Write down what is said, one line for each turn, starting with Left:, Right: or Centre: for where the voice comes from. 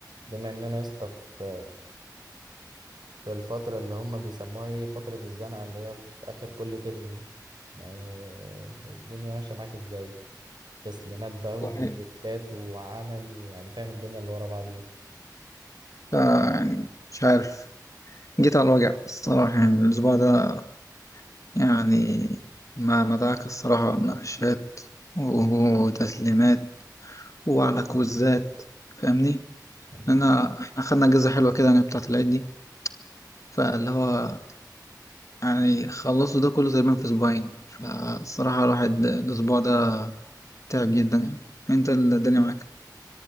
Right: بما ان انا يا اسطى في في الفتره اللي هم بيسموها ايه فتره الزنقه اللي هي في اخر كل ترم دي يعني الدنيا ماشيه معاك ازاي تسليمات بقى
Left: والله
Right: وبروجكتات وعملي ويعني فاهم الدنيا اللي ورا بعض دي
Left: ده يعني مش عارف جيت على الوجع الصراحة يعني الأسبوع ده يعني ما مدعك الصراحة مناقشات وتسليمات وعلى كوزات فاهمني؟
Right: مم.
Left: أنا إحنا خدنا أجازة حلوة كده يعني بتاعة العيد دي فاللي هو يعني خلصوا ده كله تقريبا في أسبوعين فالصراحة الواحد الأسبوع ده تعب جدا يعني أنت الدنيا معاك